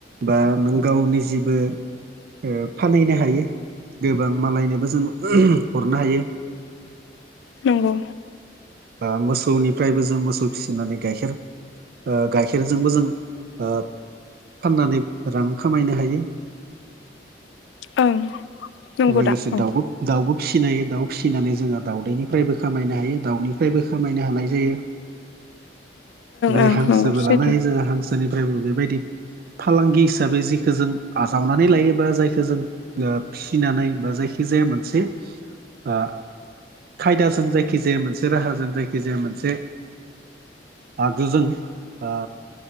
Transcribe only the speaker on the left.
नंगौ।
ओं। नंगौ
दा ओं
ओं
नंगौ सैथो